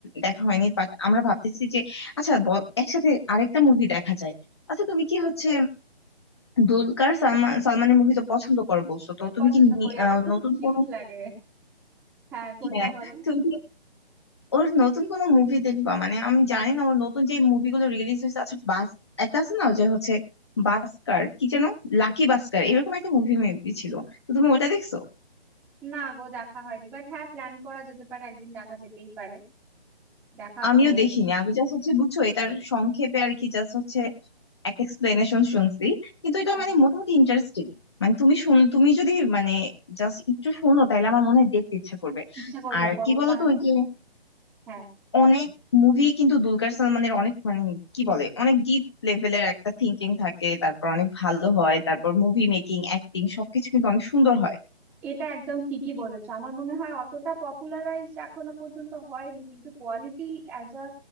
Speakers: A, on the left; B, in the centre.
A: দেখা হয়নি বাট আমরা ভাবতেছি যে আচ্ছা ব- একসাথে আরেকটা মুভি দেখা যায় আচ্ছা তুমি কি হচ্ছে দুলকার সালমান সালমানের মুভি তো পছন্দ করে বলছো তো তুমি
B: পছন্দ
A: কি নি-
B: করি
A: আহ,
B: আমার খুব
A: নতুন
B: কিউট
A: কোনো
B: লাগে হ্যাঁ কোনটা
A: হ্যাঁ
B: বলো
A: তুমি কি ওর নতুন কোনো মুভি দেখবা মানে আমি জানি না ওর নতুন যে মুভিগুলো রিলিজ হয়েছে আচ্ছা বাস একটা আছে না যে হচ্ছে বাস্কার কি যেন লাকি বাস্কার এরকম একটা মুভি মেবি ছিল তো তুমি ওটা দেখছো
B: না গো দেখা হয়নি বাট হ্যাঁ প্ল্যান করা যেতে পারে একদিন দেখা যেতেই পারে দেখা
A: আমিও
B: তো হয়ে
A: দেখিনি
B: ওঠেনি
A: আমি জাস্ট হচ্ছে বুঝছো এটার সংক্ষেপে আর কি জাস্ট হচ্ছে একটা এক্সপ্লেনেশন শুনছি কিন্তু এটা
B: আচ্ছা
A: মানে মোটামুটি ইন্টারেস্টিং মানে তুমি শুন তুমি যদি মানে জাস্ট একটু শোনো তাহলে আমার মনে হয় দেখতে ইচ্ছা করবে
B: ইচ্ছা করবে
A: আর
B: বলো
A: কি বলতো
B: তাহলে
A: ওই যে
B: হ্যাঁ
A: অনেক মুভি কিন্তু দুলকার সালমানের অনেক মানে কি বলে অনেক ডিপ লেভেলের একটা থিঙ্কিং থাকে তারপর অনেক ভালো হয় তারপর মুভি মেকিং অ্যাক্টিং সবকিছু কিন্তু অনেক সুন্দর হয়
B: এটা একদম ঠিকই বলেছো আমার মনে হয় অতটা পপুলারাইজ এখনো পর্যন্ত হয়নি কিন্তু quality as a